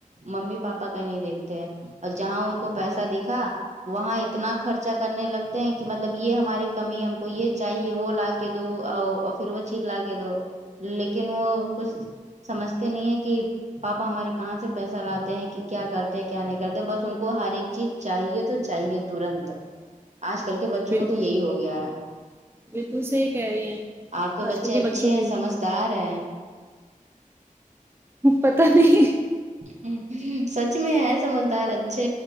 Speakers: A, on the right; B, on the right.
A: ممی پاپا کا نہیں دیکھتے ہیں اور جہاں ان کو پیسہ دکھا وہاں اتنا خرچا کرنے لگتے ہیں کہ مطلب یہ ہمارے کمی ہم کو یہ چاہیے وہ لاکھ کے دو پھر وہ چیز لا کے دو لیکن وہ کچھ سمجھتے نہیں ہے کہ پاپا ہمارے کہاں سے پیسہ لاتے ہیں کہ کیا کرتے ہیں کیا نہیں کرتے بس ان کو ہر ایک چیز چاہیے تو چاہیے ترنت آج کل کے بچوں
B: بالکل
A: کو تو یہی ہو گیا ہے
B: بالکل صحیح کہہ رہی ہیں
A: آپ
B: آج
A: بچے
B: کل کے
A: اچھے
B: بچوں کو یہ
A: سمجھدار ہے
B: پتا نہیں
A: ہمم سچ میں ہے سمجھدار اچھے